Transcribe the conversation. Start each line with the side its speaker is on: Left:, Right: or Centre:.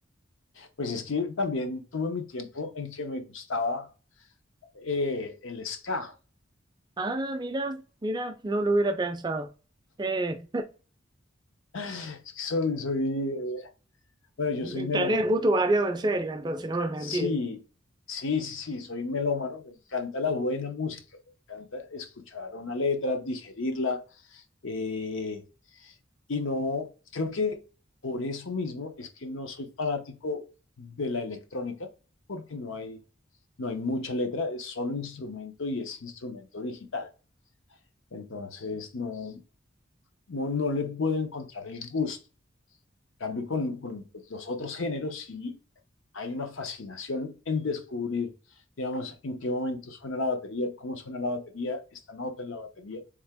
Left: pues es que también tuve mi tiempo en que me gustaba eh, el ska.
Right: Ah, mira, mira, no lo hubiera pensado. Eh,
Left: Es que soy, soy, eh, bueno, yo
Right: <laughs>
Left: soy melómano.
Right: tenés gusto variado en serio, entonces no me mentí
Left: Sí, sí, sí, sí, soy melómano. Me encanta la buena música, me encanta escuchar una letra, digerirla. eh, Y no, creo que por eso mismo es que no soy fanático de la electrónica, porque no hay, no hay mucha letra, es solo instrumento y es instrumento digital. Entonces no, no, no le puedo encontrar el gusto. En cambio con, con los otros géneros sí hay una fascinación en descubrir, digamos, en qué momento suena la batería, cómo suena la batería, esta nota en la batería,